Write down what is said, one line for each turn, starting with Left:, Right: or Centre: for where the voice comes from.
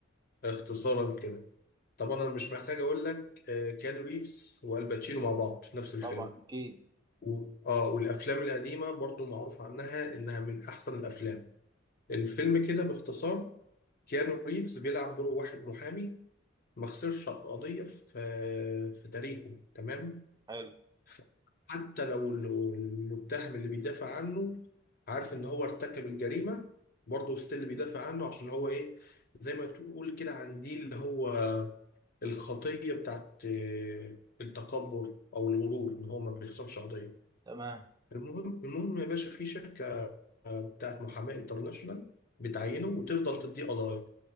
Left: اختصارا كده طبعا انا مش محتاج اقول لك آه، كيانو ريفز والباتشينو مع بعض في نفس الفيلم
Right: طبعا اكيد
Left: و... اه والافلام القديمه برضو معروف عنها انها من احسن الافلام الفيلم كده باختصار كيانو ريفز بيلعب دور واحد محامي ما خسرش قضيه في آه، في تاريخه تمام
Right: حلو
Left: ف- حتى لو ال- المتهم اللي بيدافع عنه عارف ان هو ارتكب الجريمه برضه ستيل بيدافع عنه عشان هو ايه زي ما تقول كده عن دي اللي هو الخطية بتاعت آه، التكبر أو الغرور إن هو ما بيخسرش قضية
Right: تمام
Left: المهم المهم يا باشا في شركة بتاعت محاماة انترناشونال بتعينه وتفضل تديه قضايا